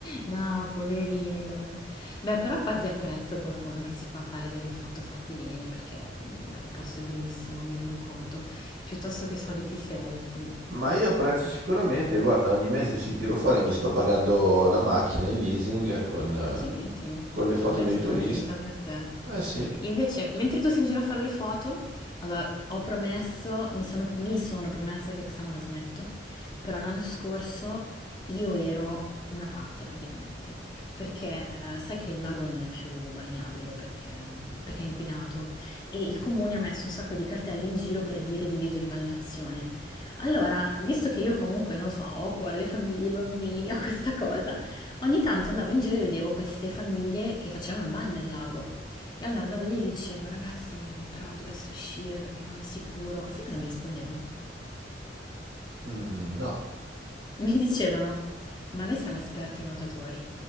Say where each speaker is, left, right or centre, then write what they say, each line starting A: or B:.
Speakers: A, on the left; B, on the right.
A: No, poverini, dai. Beh, però quasi apprezzo qualcuno che si fa fare delle foto fatte bene perché mm, beh, il posto è bellissimo, mi rendo conto, piuttosto che i soliti selfie.
B: Ma io apprezzo sicuramente, guarda, ogni mese ci tiro fuori, mi sto pagando la macchina, il leasing con, eh,
A: Accidenti.
B: con le
A: No,
B: foto
A: Vabbè,
B: dei
A: sono
B: turisti.
A: contenta per te.
B: Eh sì,
A: Invece, mentre tu sei in giro a fare le foto, allora ho promesso, mi sono, mi sono promessa che quest'anno la smetto, però l'anno scorso io ero una pazza praticamente, perché eh, sai che il lago non è più balneabile perché, mh, perché è inquinato e il comune ha messo un sacco di cartelle in giro per dire divieto di balneazione. Allora, visto che io comunque, non lo so, ho a cuore le famiglie, i bambini, ho questa cosa, Ogni tanto andavo in giro e vedevo queste famiglie che facevano il bagno nel lago. E allora andavo lì e gli dicevo, ragazzi, però dovreste uscire perché non è sicuro. Sai cosa mi rispondevano?
B: Mm, no,
A: Mi dicevano, ma noi siamo esperti nuotatori.